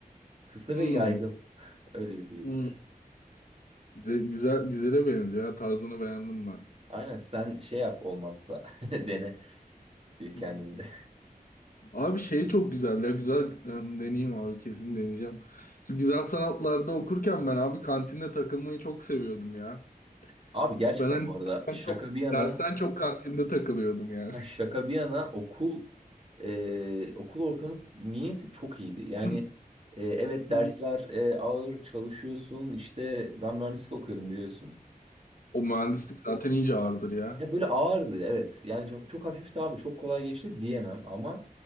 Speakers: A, on the right; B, on the left.
A: Kısa
B: Hmm.
A: ve yaygın. Öyle bir bıyık.
B: Hmm. Güzel, güzel, güzele benziyor. ya. Tarzını beğendim ben.
A: Aynen sen şey yap olmazsa <laughs> dene kendinde.
B: Hı. Abi şey çok güzel ya. Güzel em, deneyeyim abi. Kesin deneyeceğim. Şu güzel sanatlarda okurken ben abi kantinde takılmayı çok seviyordum ya.
A: Abi gerçekten
B: Ben hani
A: bu arada
B: dersten
A: şaka
B: çok,
A: bir yana
B: dersten çok kantinde takılıyordum yani.
A: Ha, şaka bir yana okul e, okul ortamı niyeyse çok iyiydi. Yani
B: <laughs>
A: e, evet dersler
B: Hı hı. <clears throat>
A: e, ağır çalışıyorsun. İşte ben mühendislik okuyordum biliyorsun.
B: O mühendislik zaten iyice ağırdır ya.
A: Ya böyle ağırdı evet. Yani çok, çok hafifti abi çok kolay geçti diyemem ama